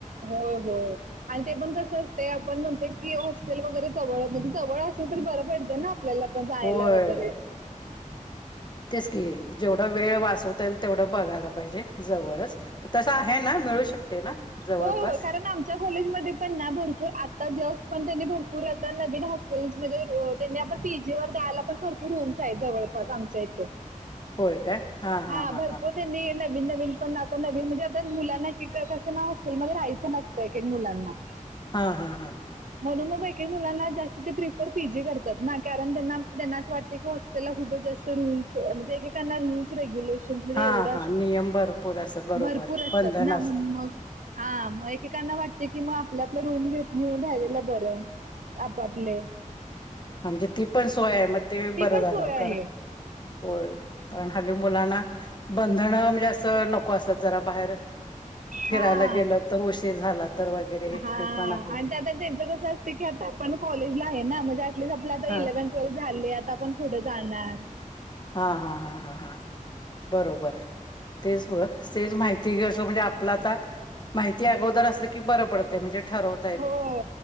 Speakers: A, on the right; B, on the left.
A: होय होय आणि ते पण कस ते आपण म्हणत की हॉस्टेल वगैरे जवळ म्हणजे जवळ असेल तर बरं पडत ना. आपल्याला पण जायला
B: होय
A: वगैरे.
B: तेच की जेवढ वेळ वाचवता येईल तेवढं बघायला पाहिजे जवळच तस आहे ना मिळू शकते ना. जवळपास
A: हो हो खर ना आम च्या कॉलेजमध्ये पण ना भरपूर आता जस्ट पण त्यांनी भरपूर आता नवीन हॉस्टेल्स म्हणजे त्यांनी आपता पी जी वर द्यायला पण भरपू रूम्स आहेत जवळपास आमच्या इथे.
B: होय काय, हा, हा,
A: हां
B: हा,
A: भरपूर
B: हा.
A: नवीन नवीन पण आता नवीन म्हणजे आता मुलांना एकका कसं ना हॉस्टेल मध्ये राहायचं नसतं एक एक मुलांना
B: हा हा हा
A: म्हणून मग एकही मुलांना जास्त ते प्रिफर पी जी करतात ना कारण त्यांना त्यांना असं वाटते की त्याला खूपच जास्त रूल् म्हणजे एकेना रू रेग्युलेशन
B: हा
A: एवढ
B: हा नियम भरपूर असतात बरोबर
A: भरपूर असतात
B: बंधन
A: ना मग हा मग एकेकांना वाटते की मग आपल्या आपला रूम घेत घेऊन राहिलेलं बरं. आप आपले
B: आमचे याती पण सोय आहे मग ते
A: ती
B: बरं
A: पण
B: झालं
A: सोय आहे
B: कार होय. कारण हली मुलांना बंधन म्हणजे असं नको असत जरा बाहेर फिरायला
A: हा
B: गेलं तर उशीर झाला तर वगैरे
A: हा
B: ते पण आहे.
A: <unintelligible> त्यांचं कसं असं की आता आपण कॉलेजला आहे ना म्हणजे ऍट लिस्ट आपलं आ
B: हा
A: इलेव्हन ट्वेल्थ झाले आता आपण पुढे जाणार.
B: हा हा हा हा हा बरोबर. तेच ब तेच माहिती घे असं म्हणजे आपला आता माहिती अगोदर अस की बरं पडते म्हणजे ठरवत
A: होय